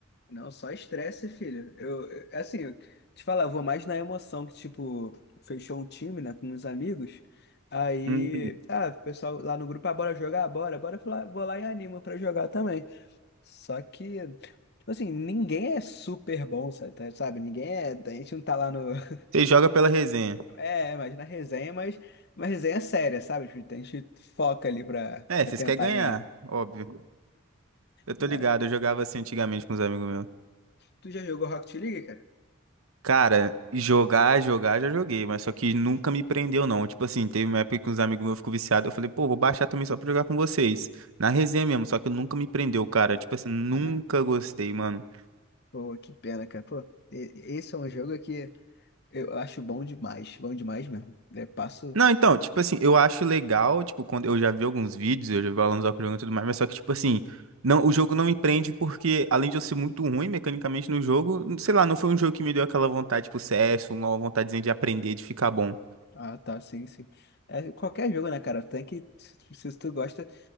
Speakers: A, on the left (about 50°); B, on the right (about 80°).
A: não, só estresse, filho. Eu, eu- é assim, eu te falar, eu vou mais na emoção que, tipo, fechou um time, né, com uns amigos. Aí,
B: Hum,
A: ah, o pessoal lá no grupo, ah, bora jogar? Bora, bora, eu fui lá- vou lá e animo pra jogar também. Só que, tipo assim, ninguém é super bom, sa- tá- sabe? Ninguém é. A gente não tá lá no. <laughs>
B: você joga pela resenha.
A: É, imagina a resenha, mas uma resenha séria, sabe? Tipo, A gente foca ali pra,
B: É,
A: pra
B: vocês
A: tentar
B: querem ganhar,
A: ganhar.
B: óbvio. Eu tô
A: né?
B: ligado, eu jogava assim antigamente com os amigos meus.
A: Tu já jogou Rocket League, cara?
B: Cara, jogar, jogar, já joguei, mas só que nunca me prendeu, não. Tipo assim, teve uma época que uns amigos meus ficou viciado, eu falei, pô, vou baixar também só pra jogar com vocês. Na resenha mesmo, só que nunca me prendeu, cara. Tipo assim, nunca
A: Ah,
B: gostei, mano.
A: pô, que pena, cara. Pô, e- esse é um jogo que eu acho bom demais, bom demais mesmo. Eu passo.
B: Não, então, tipo assim, eu acho legal, tipo, quando eu já vi alguns vídeos, eu já vi alunos jogando e tudo mais, mas só que, tipo assim, não, o jogo não me prende porque, além de eu ser muito ruim mecanicamente no jogo, sei lá, não foi um jogo que me deu aquela vontade, tipo, CS, uma vontadezinha de aprender, de ficar bom.
A: Ah, tá, sim, sim. É, qualquer jogo, né, cara? Tem que. Se se tu gosta.